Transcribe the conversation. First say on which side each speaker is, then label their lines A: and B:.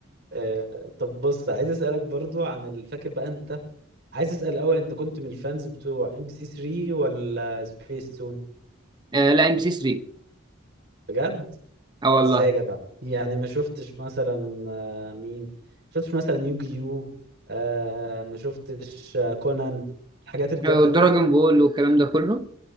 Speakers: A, on the right (about 55°); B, on the right (about 20°).
A: آه، طب بص عايز اسالك برضو عن ال- فاكر بقى انت عايز اسال الاول انت كنت من الفانز بتوع ام بي سي 3 ولا سبيس تون
B: آه، لا ام بي سي 3
A: بجد
B: اه والله
A: ازاي يا جدع يعني ما شفتش مثلا آه، مين ما شفتش مثلا يوجيو آه ما شفتش آه، كونان الحاجات الجامده
B: آه، دراجون
A: دي
B: بول والكلام ده كله